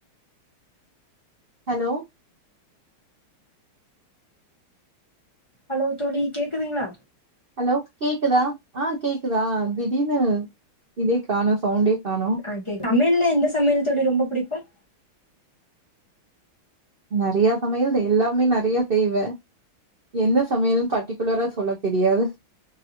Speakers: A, on the right; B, on the left.
A: hello
B: hello தோழி கேக்குதுங்களா
A: ஹலோ கேக்குதா ஆஹ் கேக்குதா திடீனு இதே கானோ சவுண்டே காணோ
B: ஆஹ் கேக்குது சமையல்ல எந்த சமையல் தோழி ரொம்ப பிடிக்கும்
A: நறைய சமையல் எல்லாமே நறைய செய்வே என்ன சமையலு பர்ட்டிகுலரா சொல்ல தெரியாது